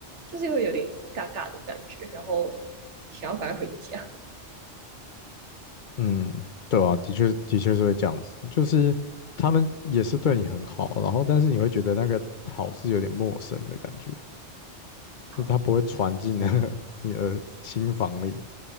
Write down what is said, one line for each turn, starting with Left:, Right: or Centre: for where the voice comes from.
Right: 就是因为有点尬尬的感觉，然后想要赶快回家。
Left: 嗯，对啊，的确的确是会这样子，就是他们也是对你很好，然后但是你会觉得那个好是有点陌生的感觉，
Right: 好，
Left: 就是他不会传进那个 <laughs> 你的心房里，